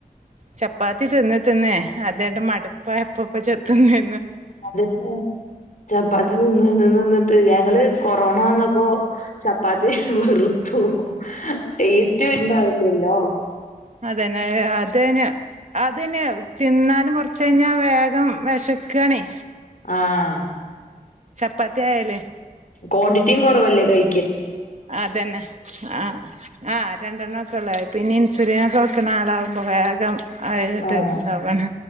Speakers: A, on the right (about 55°); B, on the left (about 70°).
A: ചപ്പാത്തി തിന്ന് തിന്ന് അതന്റെ മടുപ്പ് ആയപ്പൊ പ്പചെത്തുന്ന്
B: അതന്നെ ചപ്പാത്തി തിന്ന് തിന്നിട്ട് ഞങ്ങള് കൊറോണ വന്നപ്പോ ചപ്പാത്തി വെറുത്തു ടേസ്റ്റ് ഉണ്ടാ വില്ലല്ലോ
A: അതെന്നെ അതന്നാ അതന്നെയ തിന്നാലും കൊറച്ച് കഴിഞ്ഞാ വേഗം വിശക്കണേ
B: ആഹ്
A: ചപ്പാത്തിയായല്ലേ
B: ക്വാണ്ടിറ്റിയും കുറവല്ലേ കൈ
A: അതന്നെ ആ ആഹ് രണ്ടെണ്ണം ഒക്കെ ഉള്ള പിന്നെ സിര്യാണ്യാക്കെ വക്കുന്ന ആളാകുമ്പോൾ വേഗം ആയിട്ട്
B: ആഹ്
A: ഇതാവാണ്